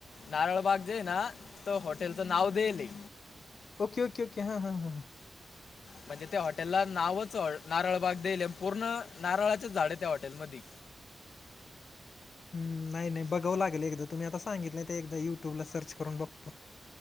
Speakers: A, on the left; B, on the left.
A: नारळबाग जे ना तो‌ हाॅटेलच नाव देयली.
B: ओके ओके ओे, हा हा हां.
A: म्हणजे त्या हॉटेला नावच नारळबाग देईल, पूर्ण नारळाचेच झाड आहे त्या हॉटेलमध्ये.
B: हम्. नाही नाही बघावं लागेल एकदा, तुम्ही आता सांगितलंय ते एकदा युट्यूबला सर्च करून बघतो.